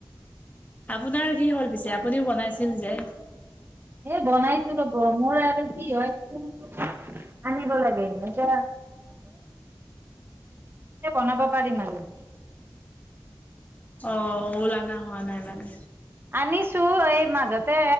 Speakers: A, on the left (about 20°); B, on the right (about 25°).
A: আপোনাৰ কি হ'ল পিছে। আপুনিও বনাইছিল যে।
B: এ বনাইছো ৰব মোৰ আৰু কি হয়োন আনিব লাগে এ বনাব পাৰিম আৰু
A: অ', ওলানা হোৱা নাই মানে।
B: আনিছো এই মাজতে